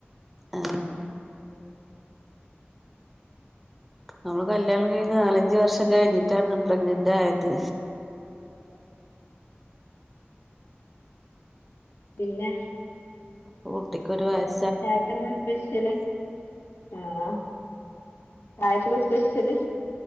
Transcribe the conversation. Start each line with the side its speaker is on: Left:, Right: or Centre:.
Centre: ആഹ്.
Left: ഉം
Centre: നമ്മള് കല്യാണം കഴിഞ്ഞ് നാലഞ്ച് വർഷം കഴിഞ്ഞിട്ടാണ് പ്രഗ്നന്റായത്.
Left: ആഹ്. പിന്നെ
Centre: ഇപ്പ കുട്ടിക്ക് ഒരു വയസ്
Left: ചായക്ക് എന്താ സ്പെഷ്യല് ആണോ ചായക്ക് സ്പെഷ്യല്